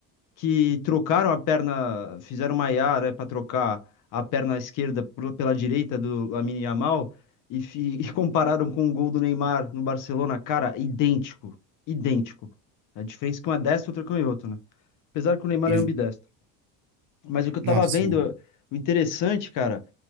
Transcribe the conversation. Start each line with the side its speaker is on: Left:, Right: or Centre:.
Left: que trocaram a perna, fizeram uma IA, né, para trocar a perna esquerda pro- pela direita do Lamine Yamal e, fi- <laughs> e compararam com o gol do Neymar no Barcelona, cara, idêntico, idêntico. A diferença é que um é destro, outro é canhoto, né? Apesar que o Neymar
Right: ex-
Left: é ambidestro. Mas o que eu
Right: não,
Left: tava
Right: sim,
Left: vendo, o interessante, cara,